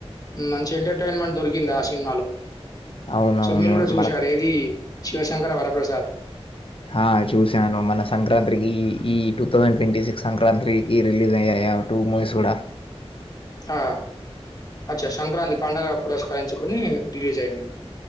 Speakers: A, on the left (about 35°); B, on the left (about 55°).
A: మంచి ఎంటర్టైన్మెంట్ దొరికిందా సినిమాలో
B: అవునవును
A: సో మీరు గూడా చూశారేది
B: మనకు
A: శివశంకర వరప్రసాద్
B: ఆ చూసాను మన సంక్రాంత్ త్రికి ఈ టూ థౌజండ్ ట్వంటీ సిక్స్ సంక్రాంతికి రిలీజ్ అయ్యాయా టూ మూవీస్ గుడా
A: ఆ అచ్చా సంక్రాంతి పండగ పురస్కరించుకొని రిలీజ్ అయింది